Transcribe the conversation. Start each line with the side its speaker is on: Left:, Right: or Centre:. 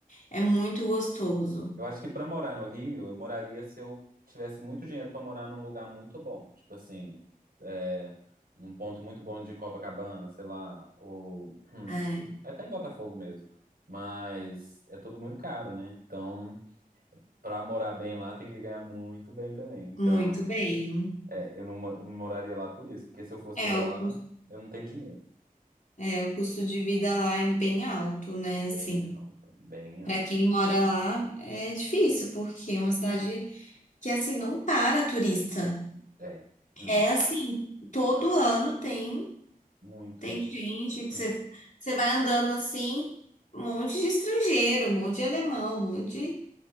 Left: é muito gostoso.
Right: Eu acho que pra morar no Rio, eu moraria se eu tivesse muito dinheiro pra morar num lugar muito bom. Tipo assim, é, num ponto muito bom de Copacabana, sei lá, ou hum,
Left: é.
Right: até em Botafogo mesmo. Mas é tudo muito caro, né? Então, pra morar bem lá, tem que ganhar muito bem também. Então,
Left: Muito bem.
Right: é, eu não, mo- eu não moraria lá por isso, porque se eu fosse
Left: É,
Right: morar
Left: o,
Right: lá,
Left: cus-
Right: eu não tenho dinheiro.
Left: é, o custo de vida lá é bem alto, né?
Right: É bem
Left: Assim,
Right: alto, bem alto.
Left: para quem mora lá é difícil, porque é uma cidade que, assim, não para turista.
Right: É. Hum.
Left: É assim, todo ano tem,
Right: Muito,
Left: tem
Right: né?
Left: gente,
Right: <laughs>
Left: que você, você vai andando assim, um monte de estrangeiro, um monte de alemão, um monte de,